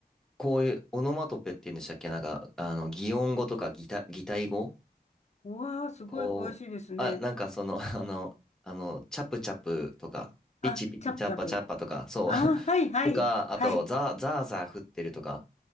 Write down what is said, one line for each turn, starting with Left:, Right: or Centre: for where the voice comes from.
Centre: こういうオノマトペって言うんでしたっけなんか、あの、擬音語とか擬態、擬態語
Left: うわあ、すごい詳しいですね。
Centre: こう、あ、なんかその、<laughs> あの、あの、チャプチャプとか、ピチピチチャッパチャッパとか、
Left: あ、チャプチャプ。
Centre: そう。
Left: あ、
Centre: <laughs>
Left: はい、はい、
Centre: とか、あと、
Left: はい、
Centre: ザー、ザーザー降ってるとか、